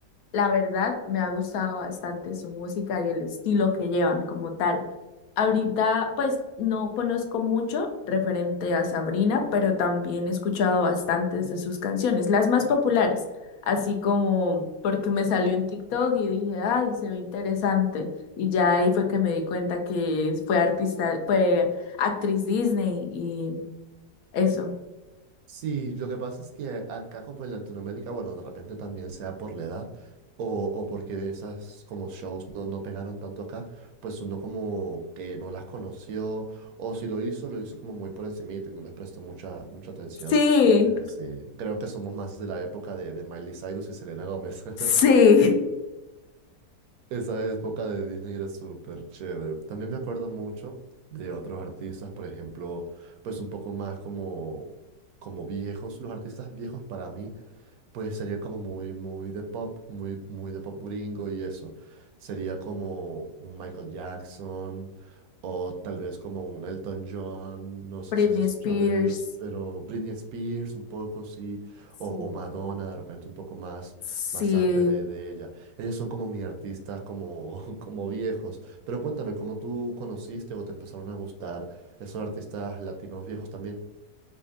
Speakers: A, on the left; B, on the right.
A: La verdad, me ha gustado bastante su música y el estilo que llevan como tal. Ahorita, pues, no conozco mucho referente a Sabrina, pero también he escuchado bastantes de sus canciones, las más populares, así como porque me salió en TikTok y dije, ay, se ve interesante. Y ya ahí fue que me di cuenta que fue artista, fue actriz Disney y eso.
B: Sí, lo que pasa es que acá como en Latinoamérica, bueno, de repente también sea por la edad o, o porque esas como shows no, no pegaron tanto acá, pues uno como que no las conoció o si lo hizo, lo hizo como muy por encimita y no les prestó mucha, mucha atención.
A: Sí,
B: Pero sí, creo que somos más de la época de, de Miley Cyrus y Selena Gómez. <laughs>
A: sí.
B: Esa época de Disney era súper chévere. También me acuerdo mucho de otros artistas, por ejemplo, pues un poco más como, como viejos. Los artistas viejos para mí, pues serían como muy, muy de pop, muy, muy de pop gringo y eso. Sería como un Michael Jackson o tal vez como un Elton John, no sé
A: Britney
B: si has escuchado
A: Spears,
B: de ellos, pero Britney Spears un poco, sí,
A: sí,
B: o, o Madonna de repente un poco más,
A: sí.
B: más antes de de ella. Ellos son como mis artistas, como, <laughs> como viejos. Pero cuéntame, ¿cómo tú conociste o te empezaron a gustar esos artistas latinos viejos también?